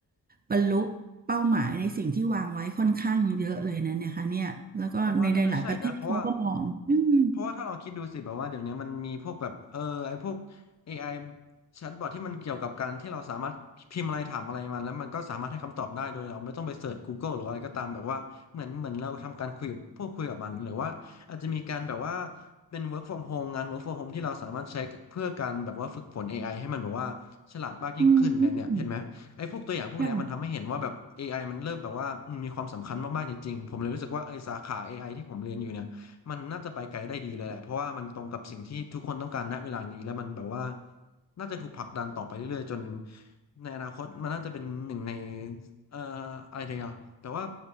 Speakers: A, on the right; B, on the left.
A: บรรลุเป้าหมายในสิ่งที่วางไว้ค่อนข้างเยอะเลยนะเนี่ยค่ะเนี่ยแล้วก็ในหลายๆประเทศเขาก็มองอืม
B: ผมว่าน่าจะใช่นะเพราะว่า เพราะว่าถ้าเราคิดดูสิแบบว่าเดี๋ยวนี้มันมีพวกแบบเออไอพวก AI แชทบอทที่มันเกี่ยวกับการที่เราสามารถพิมพ์อะไรถามอะไรมันแล้วมันก็สามารถให้คำตอบได้โดยเราไม่ต้องไปเสิร์ช Google หรืออะไรก็ตามแบบว่าเหมือนเหมือนเราทำการคุยกับพวกคุยกับมันหรือว่าอาจจะมีการแบบว่าเป็น work from home งาน work from home ที่เราสามารถใช้เพื่อการแบบว่าฝึกฝน AI ให้มันแบบว่าฉลาดมากยิ่งขึ้นเนี่ยเนี่ยเห็นไหมไอ้พวกตัวอย่างพวกเนี้ยมันทำให้เห็นว่าแบบเอไอมันเริ่มแบบว่าอืมมีความสำคัญมากๆจริงๆผมเลยรู้สึกว่าไอ้สาขาเอไอที่ผมเรียนอยู่เนี่ย
A: อืมอืมค่ะ
B: มันน่าจะไปไกลได้ดีเลยแหละเพราะว่ามันตรงกับสิ่งที่ทุกคนต้องการณเวลานี้แล้วมันแบบว่าน่าจะถูกผลักดันต่อไปเรื่อยๆจนในอนาคตมันน่าจะเป็นหนึ่งในเอ่ออะไรเดียวแต่ว่า